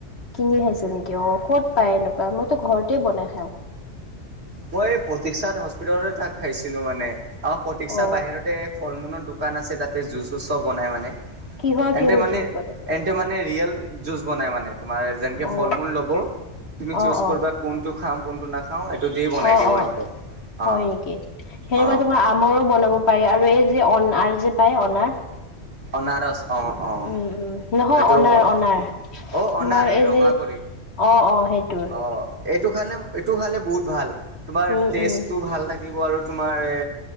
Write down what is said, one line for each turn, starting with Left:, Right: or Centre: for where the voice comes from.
Left: কিনি খাইছে নেকি? অ ক'ত পায় এনেকুৱা? মইতো ঘৰতেই বনাই খাওঁ।
Right: মই এই প্ৰতীক্ষাত হস্পিতালতে তা- খাইছিলো মানে। আমাক প্ৰতীক্ষা
Left: অ
Right: বাহিৰতে ফল মূলৰ দোক দোকান আছে তাতে জুচ চুচ চব বনাই মানে।
Left: কিহৰ কিহৰ
Right: এন্তে মানে
Left: জুচ বনাই
Right: এন্তে মানে ৰিয়েল‌ জুচ বনায় মানে। তোমাৰ যেননকে
Left: অ
Right: ফল মূল লব তুমি চুচ
Left: অ
Right: কৰবা
Left: অ
Right: কোনটো খাম কোনটো নাখাওঁ। এইটো দি বনাই
Left: অ
Right: দিব
Left: অ
Right: এন্তে
Left: হয়
Right: অ
Left: নেকি? সেনেকুৱা
Right: অ
Left: তোমাৰ‌ আ আমৰো বনাব পাৰি আৰু এই যে অনাৰ যে পায় অনাৰ।
Right: অনাৰস অ অ।
Left: উম, উম, নহয়
Right: এইটো
Left: অনাৰ
Right: অ
Left: অনাৰ তোমাৰ
Right: অনাৰ এ
Left: এই
Right: ৰঙা
Left: যে
Right: কৰি
Left: অ', অ', সেইটোৰ
Right: অহ। এইটো খালে, এইটো খালে বহুত ভাল তোমাৰ
Left: উম,
Right: টেজটো
Left: উম,
Right: ভাল থাকিব আৰু তোমাৰ